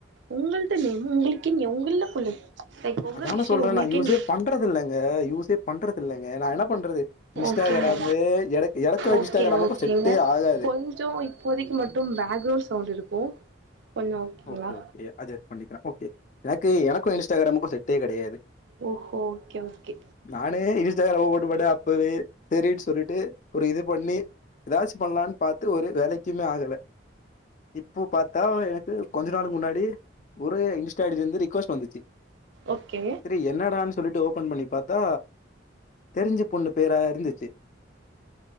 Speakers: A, on the right; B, on the left.
A: உங்கள்ளிட்ட நேமு உங்களுக்குகேங்க உங்கள்ல குள் லைக் உங்க
B: அதான
A: விஷயோ
B: சொல்றே
A: உங்களுக்கு
B: நா யூஸே
A: என்ன
B: பண்றது இல்லங்க யூஸே பண்றது இல்லங்க நா என்ன பண்றது இன்ஸ்டாகிராமு
A: ஓகேங்க
B: எனக்கு எனக்கு
A: ஓகேங்க
B: இன்ஸ்டாகிராமுக்கு
A: ஓகேங்க
B: செட்டே ஆகாது
A: கொஞ் சோ இப்போதைக்கு மட்டும் பேக்ரவுண்ட் சவுண்ட் இருக்கு கொஞ்சோ ஓகேங்களா
B: ஓகே ஓகே அட்ஜஸ்ட் பண்ணிக்கலா ஓகே எனக்கு எனக்கு இன்ஸ்டாகிராமுக்கு செட்டே கெடையாது
A: ஓஹோ ஓகே ஓகே
B: நானே இன்ஸ்டாகிராம போட்டு போட்டே அப்பவே செரின்னு சொல்லிட்டு ஒரு இது பண்ணி ஏதாச்சு பண்ணலான்னு பாத்து ஒரு வேலைக்குமே ஆகல இப்போ பாத்தா எனக்கு கொஞ்ச நாளுக்கு முன்னாடி ஒரே இன்ஸ்டா ஐ டி ல இருந்து ரிக்வெஸ் வந்துச்சு
A: ஓகே
B: செரி என்னடான்னு சொல்லிட்டு ஓப் பன் பண்ணிப் பாத்தா தெரிஞ்ச பொண்ணு பேரா இருந்துச்சு